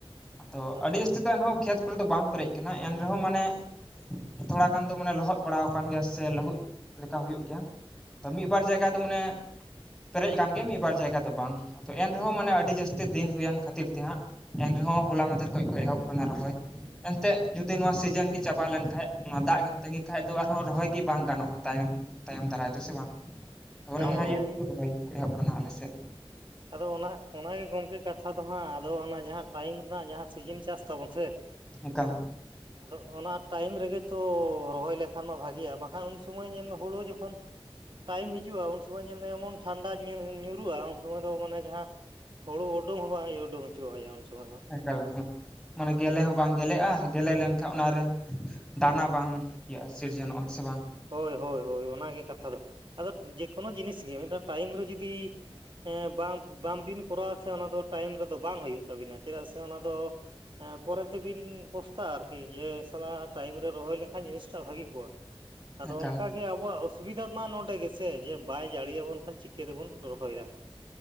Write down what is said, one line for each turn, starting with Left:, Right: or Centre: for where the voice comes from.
Centre: ᱟᱫᱚ
Right: ᱟᱪᱪᱷᱟ
Centre: ᱟᱹᱰᱤ ᱡᱟᱹᱥᱛᱤ ᱫᱚ ᱮᱱᱦᱚᱸ ᱠᱷᱮᱛ ᱨᱮ ᱫᱚ ᱵᱟᱝ ᱯᱮᱨᱮᱡ ᱟᱠᱟᱱᱟ ᱮᱱ ᱨᱮᱦᱚᱸ ᱢᱟᱱᱮ ᱛᱷᱚᱲᱟ ᱜᱟᱱ ᱫᱚ ᱢᱟᱱᱮ ᱞᱚᱦᱚᱫ ᱵᱟᱲᱟ ᱟᱠᱟᱱ ᱜᱮᱭᱟ ᱥᱮ ᱞᱟᱹᱦᱩᱫ ᱞᱮᱠᱟ ᱦᱩᱭᱩᱜ ᱜᱮᱭᱟ᱾ ᱟᱫᱚ ᱢᱤᱫ ᱵᱟᱨ ᱡᱟᱭᱜᱟ ᱫᱚ ᱢᱟᱱᱮ ᱯᱮᱨᱮᱡ ᱟᱠ <unintelligible> ᱜᱮᱭᱟ ᱢᱤᱫ ᱵᱟᱨ ᱡᱟᱭᱜᱟ ᱫᱚ ᱵᱟᱝ ᱟᱫᱚ ᱮᱱ ᱨᱮᱦᱚᱸ ᱢᱟᱱᱮ ᱟᱹᱰᱤ ᱡᱟᱹᱥᱛᱤ ᱫᱤᱱ ᱦᱩᱭᱮᱱ ᱠᱷᱟᱹᱛᱤᱨ ᱛᱮ ᱦᱟᱸᱜ ᱮᱱ ᱨᱮᱦᱚᱸ ᱦᱚᱞᱟ ᱢᱟᱫᱷᱮᱨ ᱠᱷᱚᱱ ᱠᱚ ᱮᱦᱚᱵ ᱟᱠᱟᱱᱟ ᱨᱚᱦᱚᱭ ᱮᱱᱛᱮᱫ ᱡᱩᱫᱤ ᱱᱚᱣᱟ ᱥᱤᱡᱮᱱ ᱜᱮ ᱪᱟᱵᱟ ᱞᱮᱱᱠᱷᱟᱡ ᱚᱱᱟ ᱫᱟᱜ ᱜᱮᱢ ᱛᱟᱸᱜᱤ ᱠᱷᱟᱱᱡ ᱫᱚ ᱟᱨᱦᱚᱸ ᱨᱚᱦᱚᱭ ᱜᱮ ᱵᱟᱝ ᱜᱟᱱᱚᱜᱼᱟ ᱛᱟᱭᱚᱢ ᱛᱟᱭᱚᱢ ᱫᱟᱨᱟᱭ ᱛᱮ ᱥᱮ ᱵᱟᱝ ᱚᱱᱮ
Right: ᱦᱮᱸ ᱦᱮᱸ
Centre: ᱚᱱᱟ
Right: ᱦᱮᱸ
Centre: ᱤᱭᱟᱹ ᱛᱮᱠᱚ ᱨᱚᱦᱚᱭ ᱮᱦᱚᱵ ᱟᱠᱟᱱᱟ ᱟᱞᱮ ᱥᱮᱫ᱾
Right: ᱟᱫᱚ ᱚᱱᱟ ᱚᱱᱟᱜᱮ ᱜᱚᱝᱠᱮ ᱠᱟᱛᱷᱟ ᱫᱚ ᱦᱟᱸᱜ ᱟᱫᱚ ᱚᱱᱟ ᱡᱟᱦᱟᱸ ᱴᱟᱭᱤᱢ ᱨᱮᱱᱟᱜ ᱡᱟᱦᱟᱸ ᱥᱤᱡᱤᱱ ᱪᱟᱥ ᱛᱟᱵᱚᱱ ᱥᱮ
Centre: ᱮᱚᱱᱠᱟᱟᱱ
Right: ᱟᱫᱚ ᱚᱱᱟ ᱴᱟᱭᱤᱢ ᱨᱮᱜᱮ ᱛᱚ ᱨᱚᱦᱚᱭ ᱞᱮᱠᱷᱟᱱ ᱢᱟ ᱵᱷᱟᱜᱤᱜᱼᱟ, ᱵᱟᱝᱠᱷᱟᱱ ᱩᱱ ᱥᱚᱢᱚᱭ ᱧᱮᱞ ᱢᱮ ᱦᱩᱲᱩ ᱡᱚᱠᱷᱚᱱ ᱴᱟᱭᱤᱢ ᱦᱤᱡᱩᱜᱼᱟ, ᱩᱱ ᱥᱢᱚᱭ ᱧᱮᱞᱢ ᱮᱢᱚᱱ ᱴᱷᱟᱱᱰᱟ ᱧᱩᱨᱩᱜᱼᱟ᱾ ᱩᱱ ᱥᱚᱢᱚᱭ ᱫᱚ ᱢᱟᱱᱮ ᱡᱟᱦᱟᱸ ᱦᱩᱲᱩ ᱩᱰᱩᱝ ᱦᱚᱸ ᱵᱟᱝ ᱦᱩᱭᱩᱜᱼᱟ ᱩᱰᱩᱝ ᱦᱚᱪᱚᱣᱟᱭᱼᱟ ᱩᱱ ᱥᱚᱢᱚᱭ ᱫᱚ᱾
Centre: <unintelligible> ᱢᱟᱱᱮ ᱜᱮᱞᱮ ᱦᱚᱸ ᱵᱟᱝ ᱜᱮᱞᱮᱜᱼᱟ᱾ ᱜᱮᱞᱮᱫ ᱞᱮᱱᱠᱷᱟᱱ ᱚᱱᱟᱨᱮ ᱫᱟᱱᱟ ᱵᱟᱝ ᱤᱭᱟᱹᱜᱼᱟ ᱥᱤᱨᱡᱚᱱᱚᱜᱼᱟ᱾ ᱥᱮ ᱵᱟᱝ?
Right: ᱦᱳᱭ ᱦᱳᱭ ᱦᱳᱭ ᱚᱱᱟᱜᱮ ᱠᱟᱛᱷᱟ ᱫᱚ ᱟᱫᱚ ᱡᱮᱠᱳᱱᱳ ᱡᱤᱱᱤᱥ ᱜᱮ ᱢᱤᱫᱴᱟᱱ ᱴᱟᱭᱤᱢ ᱨᱮ ᱡᱩᱫᱤ ᱦᱮᱸ ᱵᱟᱝ ᱵᱟᱝᱵᱤᱱ ᱠᱚᱨᱟᱣᱟ ᱥᱮ ᱚᱱᱟ ᱫᱚ ᱴᱟᱭᱤᱢ ᱨᱮᱫᱚ ᱵᱟᱝ ᱦᱩᱭᱩᱜ ᱛᱟᱵᱤᱱᱟ ᱪᱮᱫᱟᱜ ᱥᱮ ᱚᱱᱟ ᱫᱚ ᱯᱚᱨᱮ ᱛᱮᱵᱤᱱ ᱯᱚᱥᱛᱟᱟᱜᱼᱟ, ᱟᱨᱠᱤ ᱡᱮ ᱥᱟᱞᱟ ᱴᱟᱭᱤᱢ ᱨᱮ ᱨᱚᱦᱚᱭ ᱞᱮᱱᱠᱷᱟᱱ ᱡᱤᱱᱤᱥᱴᱟᱜ ᱵᱷᱟᱹᱜᱤ ᱠᱚᱜᱼᱟ᱾ ᱟᱫᱚ
Centre: ᱮᱠᱟᱞ
Right: ᱚᱱᱠᱟ ᱜᱮ ᱜᱮ ᱟᱵᱚᱣᱟᱜ ᱚᱥᱩᱵᱤᱫᱟ ᱢᱟ ᱱᱚᱸᱰᱮ ᱜᱮᱥᱮ ᱡᱮ ᱵᱟᱭ ᱡᱟᱹᱲ ᱟᱵᱚᱱ ᱠᱷᱟᱱ ᱪᱤᱠᱟᱹ ᱛᱮᱵᱚᱱ ᱨᱚᱦᱚᱭᱟ ᱦᱟᱸᱜ?